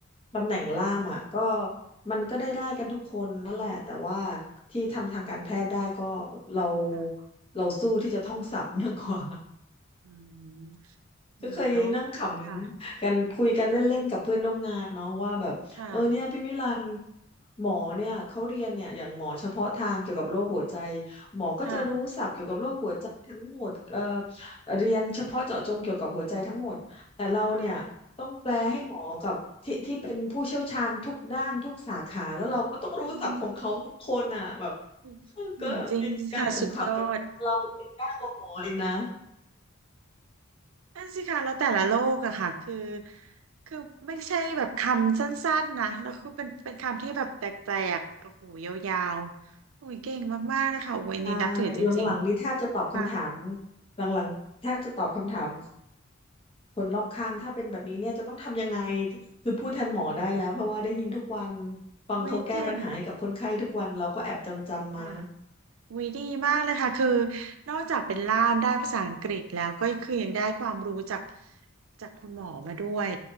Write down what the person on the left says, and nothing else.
ตำแหน่งล่ามอ่ะก็มันก็ได้ได้กันทุกคนนั่นแหละแต่ว่าที่ทำทางการแพทย์ได้ก็เรา
เราสู้ที่จะท่องศัพท์มากกว่า
ก็เคยนั่งขำกันคุยกันเล่นๆกับเพื่อนร่วมงานเนาะว่าแบบเออเนี่ยพี่มิลัน
หมอเนี่ยเขาเรียนเนี่ยอย่างหมอเฉพาะทางเกี่ยวกับโรคหัวใจหมอก็จะรู้ศัพท์เกี่ยวกับโรคหัวใจทั้งหมดเอ่อ
เรียนเฉพาะเจาะจงเกี่ยวกับหัวใจทั้งหมดแต่เราเนี่ยต้องแปลให้หมอกับที่ที่เป็นผู้เชี่ยวชาญทุกด้านทุกสาขาแล้วเราก็ต้องรู้ศัพท์ของเขาทุกคนอ่ะแบบ
ก็มีการขำๆกันว่าเราเรียนยากกว่าหมอเองนะ
ใช่หลังๆนี้แทบจะตอบคำถามหลังๆแทบจะตอบคำถามคนรอบข้างถ้าเป็นแบบนี้เนี่ยจะต้องทำยังไงคือพูดแทนหมอได้แล้วเพราะว่าได้ยินทุกวันฟังเขาแก้ปัญหาให้กับคนไข้ทุกวันเราก็แอบจำจำมา